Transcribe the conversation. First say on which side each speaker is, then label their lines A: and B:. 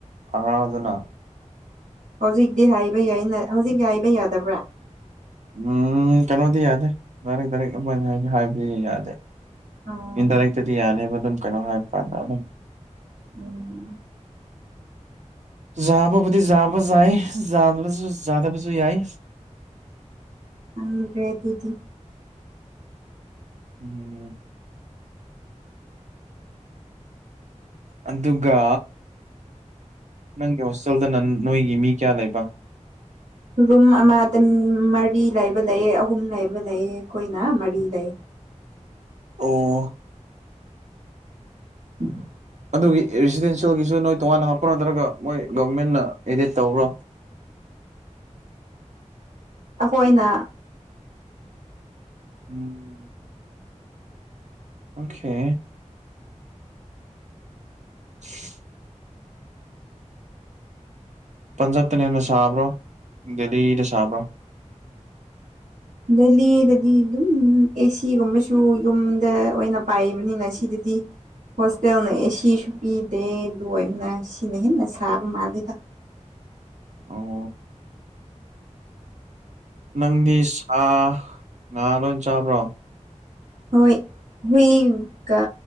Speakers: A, on the right (about 65°); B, on the right (about 80°).
A: ꯍꯪꯉꯛꯑꯣꯗꯅ
B: ꯍꯧꯖꯤꯛꯇꯤ ꯍꯥꯏꯕ ꯌꯥꯏ ꯍꯧꯖꯤꯛꯇꯤ ꯍꯥꯏꯕ ꯌꯥꯗꯕ꯭ꯔꯥ
A: ꯎꯝ ꯀꯩꯅꯣꯗꯤ ꯌꯥꯗꯦ ꯂꯔꯤꯛ ꯇꯥꯔꯤꯛ ꯑꯃꯅ ꯍꯥꯏ ꯍꯥꯏꯕꯗꯤ ꯌꯥꯗꯦ
B: ꯑꯣ
A: ꯏꯟꯗꯥꯏꯔꯦꯛꯇꯗꯤ ꯌꯥꯅꯤꯕ ꯑꯗꯨꯝ ꯀꯩꯅꯣ ꯍꯥꯏꯕ ꯀꯥꯟꯗ ꯑꯗꯨꯝ
B: ꯎꯝ
A: ꯌꯥꯥꯕꯕꯨꯗꯤ ꯌꯥꯥꯕ ꯌꯥꯏꯁꯨ ꯌꯥꯥꯗꯕꯁꯨ ꯌꯥꯏ
B: ꯉꯝꯗ꯭ꯔꯦ ꯑꯗꯨꯗꯤ
A: ꯎꯝ ꯑꯗꯨꯒ ꯅꯪ ꯍꯣꯁꯇꯦꯜꯗ ꯅ ꯅꯣꯏꯒꯤ ꯃꯤ ꯀꯌꯥ ꯂꯩꯕ
B: ꯔꯨꯝ ꯑꯃꯗ ꯃꯔꯤ ꯂꯩꯕ ꯂꯩꯌꯦ ꯑꯍꯨꯝ ꯂꯩꯕ ꯂꯩꯌꯦ ꯑꯩꯈꯣꯏꯅ ꯃꯔꯤ ꯂꯩ
A: ꯑꯣ
B: <inaudible>
A: ꯑꯗꯨꯒꯤ ꯔꯤꯁꯤꯗꯦꯟꯁꯤꯌꯦꯜꯒꯤꯁꯨ ꯅꯣꯏ ꯇꯣꯉꯥꯟꯅ ꯍꯥꯞꯄ ꯅꯠꯇ꯭ꯔꯒ ꯃꯣꯏ ꯒꫭꯕꯔꯃꯦꯟꯅ ꯑꯦꯗꯤꯠ ꯇꯧꯕ꯭ꯔꯣ
B: ꯑꯩꯈꯣꯏꯅ
A: ꯎꯝ ꯑꯣꯀꯦ <unintelligible> ꯄꯟꯖꯥꯕꯇꯅ ꯍꯦꯟꯅ ꯁꯥꯕ꯭ꯔꯣ ꯗꯦꯜꯂꯤꯗ ꯁꯥꯕ꯭ꯔꯣ
B: ꯗꯦꯜꯂꯤꯗꯗꯤ ꯑꯗꯨꯝ ꯑꯦꯁꯤꯒꯨꯝꯕꯁꯨ ꯌꯨꯝꯗ ꯑꯣꯏꯅ ꯄꯥꯏꯕꯅꯤꯅ ꯁꯤꯗꯗꯤ ꯍꯣꯁꯇꯦꯜꯅ ꯑꯦꯁꯤꯁꯨ ꯄꯤꯗꯦ ꯑꯗꯨꯅ ꯁꯤꯅ ꯍꯦꯟꯅ ꯁꯥꯕ ꯃꯥꯜꯂꯤꯗ
A: ꯑꯣ ꯅꯪꯗꯤ ꯁꯥ ꯉꯥ ꯂꯣꯏ ꯆꯥꯕ꯭ꯔꯣ
B: ꯍꯣꯏ ꯍꯨꯏꯒ